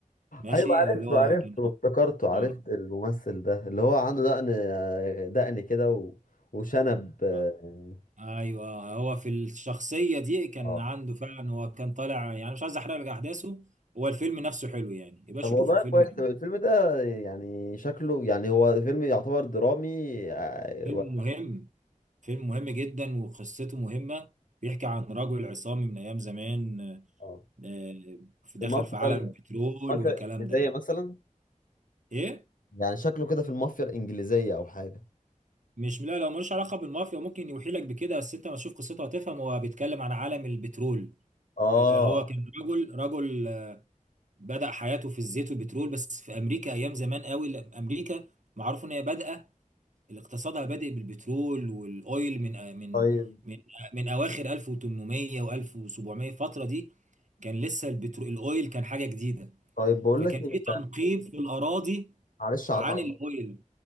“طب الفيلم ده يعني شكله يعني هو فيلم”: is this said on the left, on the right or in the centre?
Left